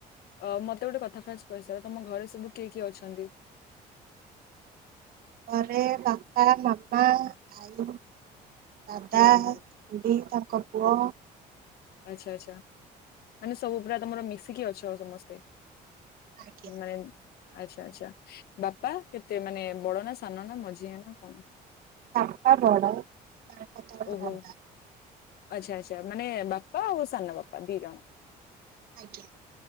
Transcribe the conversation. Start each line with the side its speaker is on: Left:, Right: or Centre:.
Left: ଅ ମତେ ଗୋଟେ କଥା ଫାର୍ଷ୍ଟ କହିସାର ତମ ଘରେ ସବୁ କିଏ କିଏ ଅଛନ୍ତି?
Right: ଘରେ ବାପା, ମାମା, ଆଈ, ଦାଦା,
Left: ହୁଁ ହୁଁ
Right: ଖୁଡି ତାଙ୍କ ପୁଅ।
Left: ଆଚ୍ଛା ଆଚ୍ଛା, ମାନେ ସବୁ ପୁରା ତମର ମିିଶିକି ଅଛ ଆଉ ସମସ୍ତେ।
Right: ଆଜ୍ଞା
Left: ନାଇଁ, ଆଚଛା ଆଚଛା ବାପା କେତେ ମାନେ ବଡ ନା ସାନ ନା ମଝିଆ ନା କଣ?
Right: ଵାପା ବଡତାଙ୍କ ତଳେ
Left: ଓହୋ
Right: ଦାଦା।
Left: ଆଚ୍ଛା ଆଚ୍ଛା ମାନେ ବାପା ଆଉ ସାନ ବାପା ଦି ଜଣ।
Right: ଆଜ୍ଞା,